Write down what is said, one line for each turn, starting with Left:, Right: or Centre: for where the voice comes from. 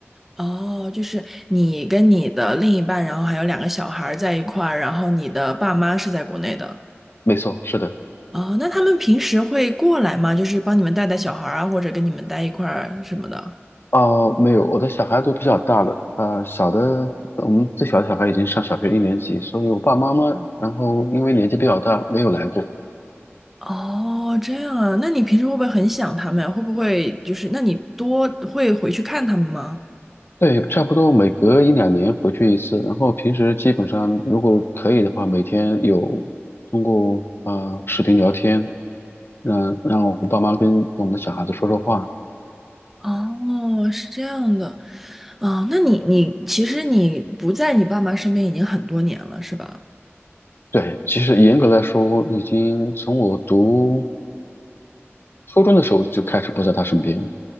Centre: 哦，就是你跟你的另一半，然后还有两个小孩儿在一块儿，然后你的爸妈是在国内的。
Left: 没错，是的。
Centre: 哦，那他们平时会过来吗？就是帮你们带带小孩儿啊，或者跟你们待一块儿什么的。
Left: 哦、没有，我的小孩都比较大了。呃，小的，我们最小的小孩已经上小学一年级，所以我爸妈妈，然后因为年纪比较大，没有来过。
Centre: 哦，这样啊，那你平时会不会很想他们呀？会不会就是，那你多会回去看他们吗？
Left: 对，差不多每隔一两年回去一次。然后平时基本上，如果可以的话，每天有通过呃视频聊天，嗯、让我爸妈跟我们的小孩子说说话。
Centre: 哦，是这样的。啊，那你你其实你不在你爸妈身边已经很多年了，是吧？
Left: 对，其实严格来说，已经从我读初中的时候就开始不在他身边了。